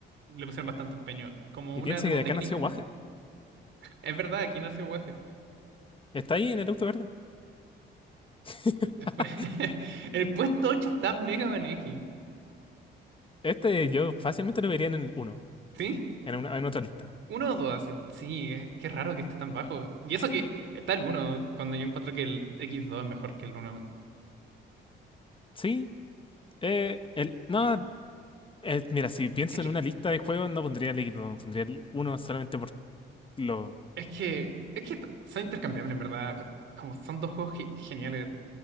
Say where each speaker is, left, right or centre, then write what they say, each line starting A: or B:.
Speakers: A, on the right (about 70°); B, on the left (about 25°).
A: le pusieron bastante empeño. Como
B: Y
A: una
B: piensa
A: demo
B: que de
A: técnica,
B: acá nació Baja.
A: es verdad, aquí nació Waje.
B: Está ahí en el auto verde. <laughs>
A: Después, <laughs> el puesto 8 está en Mega Man X,
B: Este yo fácilmente lo vería en el uno
A: ¿sí?
B: en, una- en otra lista.
A: Uno o dos, así. Sí, es que raro que esté tan bajo. Y eso que está el uno cuando yo encuentro que el x dos es mejor que el uno
B: Sí, eh, el, no, eh, mira, si pienso
A: Es que,
B: en una lista de juegos, no pondría el Equipo, pondría el uno solamente por lo,
A: es que, es que t- son intercambiables, en verdad. Como son dos juegos ge- geniales.